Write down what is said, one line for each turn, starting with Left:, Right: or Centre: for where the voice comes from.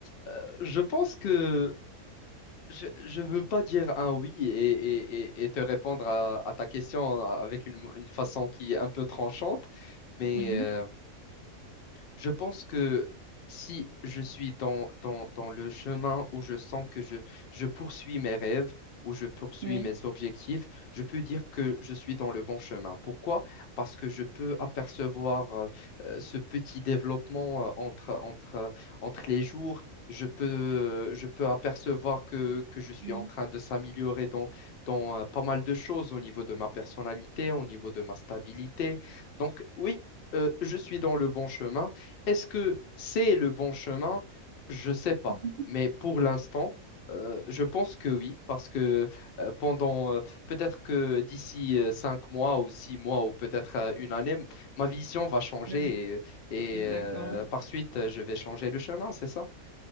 Left: euh, je pense que je ne veux pas dire un oui et, et- et- et te répondre à, à ta question avec une, une façon qui est un peu tranchante, mais
Right: Mhm.
Left: euh, je pense que si je suis dans, dans, dans le chemin où je sens que je, je poursuis mes rêves, où je poursuis
Right: Oui.
Left: mes objectifs, je peux dire que je suis dans le bon chemin. Pourquoi? Parce que je peux apercevoir euh, euh, ce petit développement euh, entre, entre, euh, entre les jours. Je peux, je peux apercevoir que, que je suis
Right: Oui.
Left: en train de s'améliorer dans, dans euh, pas mal de choses au niveau de ma personnalité, au niveau de ma stabilité. Donc oui, euh, je suis dans le bon chemin. Est-ce que c'est le bon chemin? Je ne sais
Right: <laughs>
Left: pas.
Right: Mhm.
Left: Mais pour l'instant, euh, je pense que oui, parce que euh, pendant euh, peut-être que d'ici euh, cinq mois ou six mois ou peut-être euh, une année, m- ma vision va changer
Right: Oui.
Left: et, euh, et,
Right: Exactement.
Left: euh, par suite, euh, je vais changer de chemin, c'est ça?